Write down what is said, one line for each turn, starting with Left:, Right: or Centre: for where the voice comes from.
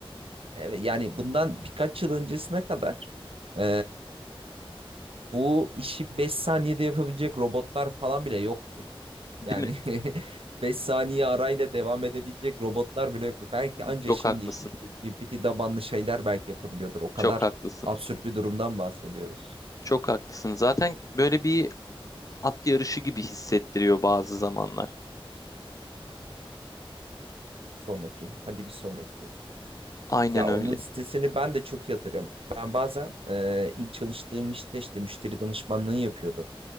Right: evet, yani bundan birkaç yıl öncesine kadar e, bu işi 5 saniyede yapabilecek robotlar falan bile yoktu.
Left: Değil
Right: Yani
Left: mi?
Right: <laughs> beş saniye arayla devam edebilecek robotlar bile yoktu. Belki
Left: Değil
Right: anca
Left: mi? Çok
Right: şimdi
Left: haklısın.
Right: işte GPT tabanlı şeyler belki yapabiliyordur. O kadar
Left: Çok haklısın.
Right: absürt bir durumdan bahsediyoruz.
Left: Çok haklısın. Zaten böyle bir At yarışı gibi hissettiriyor bazı zamanlar.
Right: Bir sonraki. Hadi bir sonraki.
Left: Aynen
Right: Ya
Left: öyle.
Right: onun sitesini ben de çok yatırıyorum Ben bazen e, ilk çalıştığım işte işte müşteri danışmanlığı yapıyordum.